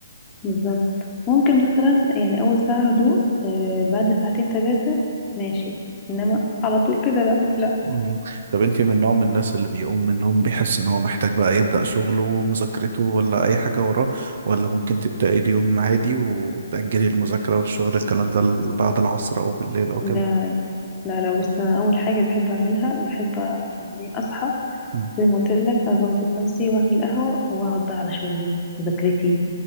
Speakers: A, on the left; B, on the right.
A: بالظبط ممكن مثلا يعني اول ساعة هدوء آه، بعد ساعتين ثلاثة ماشي انما على طول كده لا لا
B: مم. طب انت من نوع من الناس اللي بيقوم من النوم بيحس ان هو محتاج بقى يبدأ شغله ومذاكرته ولا اي حاجة وراه ولا ممكن تبدأي اليوم عادي وتأجلي المذاكرة والشغل الكلام ده ل- بعد العصر او بالليل او
A: لا
B: كده
A: لا لا بص انا اول حاجة بحب اعملها بحب يعني اصحى
B: مم.
A: زي ما قلت لك اظبط نفسي واعمل قهوة واقعد بقى على شغلي مذاكرتي